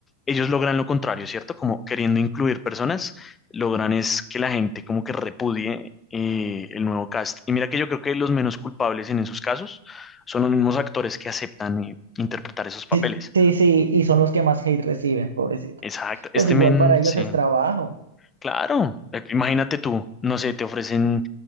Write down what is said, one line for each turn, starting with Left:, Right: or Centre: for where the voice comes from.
Left: ellos logran lo contrario, ¿cierto? Como queriendo incluir personas, logran es que la gente como que repudie eh, el nuevo cast. Y mira que yo creo que los menos culpables en esos casos son los mismos actores que aceptan eh, interpretar esos papeles.
Right: sí, sí, sí, y son los que más hate reciben, pobrecitos.
Left: Exacto, este
Right: Pues igual
Left: men,
Right: para ellos
Left: sí.
Right: es trabajo
Left: Claro, eh, imagínate tú, no sé, te ofrecen